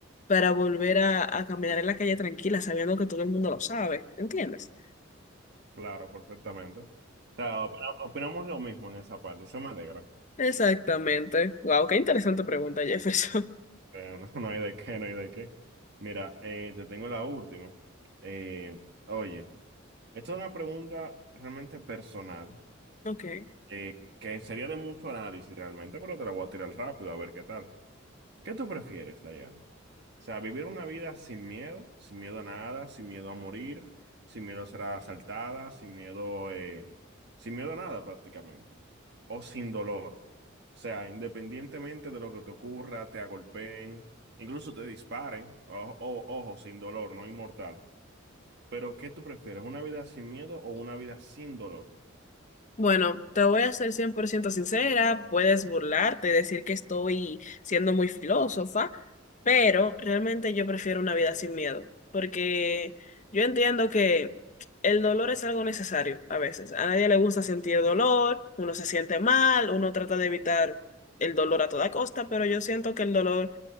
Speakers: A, on the left (about 40°); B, on the right (about 55°).
A: para volver a, a caminar en la calle tranquila, sabiendo que todo el mundo lo sabe, ¿entiendes?
B: Claro, perfectamente. O sea, opina- opinamos lo mismo en esa parte, eso me alegra.
A: Exactamente. Wow, qué interesante pregunta, Jefferson.
B: Eh, <laughs> no, no hay de qué, no hay de qué. Mira, eh, te tengo la última. Eh, oye, esto es una pregunta realmente personal.
A: <laughs> Ok.
B: Eh, que sería de mucho análisis realmente, pero te la voy a tirar rápido a ver qué tal. ¿Qué tú prefieres, Dayana? O sea, vivir una vida sin miedo, sin miedo a nada, sin miedo a morir, sin miedo a ser asaltada, sin miedo, eh, sin miedo a nada prácticamente, o sin dolor. O sea, independientemente de lo que te ocurra, te agolpeen, incluso te disparen, o- o- ojo, sin dolor, no inmortal. Pero ¿qué tú prefieres? ¿Una vida sin miedo o una vida sin dolor?
A: Bueno, te voy a ser 100% sincera, puedes burlarte, decir que estoy siendo muy filósofa, pero realmente yo prefiero una vida sin miedo, porque yo entiendo que el dolor es algo necesario a veces. A nadie le gusta sentir dolor, uno se siente mal, uno trata de evitar el dolor a toda costa, pero yo siento que el dolor